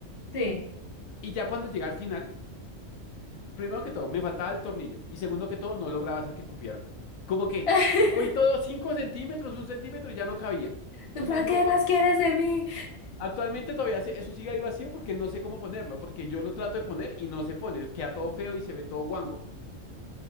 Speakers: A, on the left; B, on the left.
A: Sí.
B: Y ya cuando llegué al final... Primero que todo, me faltaba el tornillo. Y segundo que todo, no lograba hacer que cupiera. Como que
A: <laughs>
B: moví todo 5 centímetros, un centímetro y ya no cabía.
A: En
B: O
A: plan,
B: sea, no
A: ¿Qué
B: po-
A: más quieres de mí?
B: Actualmente todavía se- eso sigue ahí vacío porque no sé cómo ponerlo, porque yo lo trato de poner y no se pone, queda todo feo y se ve todo guango.